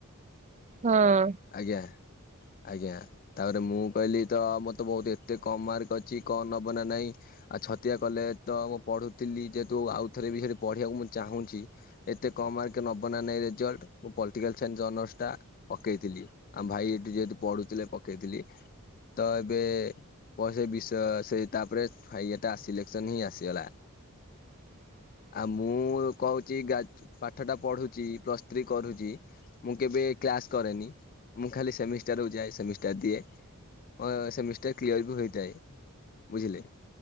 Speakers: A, on the right; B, on the left.
A: ହଁ।
B: ଆଜ୍ଞା ଆଜ୍ଞା ତାପରେ ମୁଁ କହିଲି ତ ମୋ ତେ ବହୁତ ଏତେ କମ ମାର୍କ ଅଛି କଣ ହବ ନା ନାଇଁ? ଆଉ ଛତିଆ କଲେ ତ ମୁଁ ପଢୁଥିଲି ଯେହେତୁ ଆଉ ଥରେ ବି ସେଠି ପଢିବାକୁ ମୁଁ ଚାହୁଁଛି ଏତେ କମ୍ ମାର୍କେ ନବ ନାହିଁ ରେଜଲ୍ଟ ମୁଁ ପଲିଟିକାଲ ସାଇନ୍ସ ଅନର୍ସ ଟା ପକେଇଥିଲି ଆମ ଭାଇ ଏଠି ଯେହେତୁ ପଢୁଥିଲେ ପକେଇଥିଲି। ତ ଏବେ? ପ ସେ ବିଷୟ ସେଇ ତାପରେ ଭାଇ ଏଟା ସିଲେକ୍ସନ ହିଁ ଆସିଗଲା।
A: ହ <unintelligible>
B: ଆଉ ମୁଁ କହୁଛି ପାଠ ଟା ପଢୁଛି ପ୍ଲସ୍ ଥ୍ରୀ କରୁଛି ମୁଁ କେବେ କ୍ଲାସ କରେନି ମୁଁ ଖାଲି ସେମିଷ୍ଟାରକୁ ଯାଏ ସେମିଷ୍ଟାର ଦିଏ। ହଁ ସେମିଷ୍ଟାର କ୍ଲିୟର ବି ହୋଇଥାଏ ବୁଝିଲେ?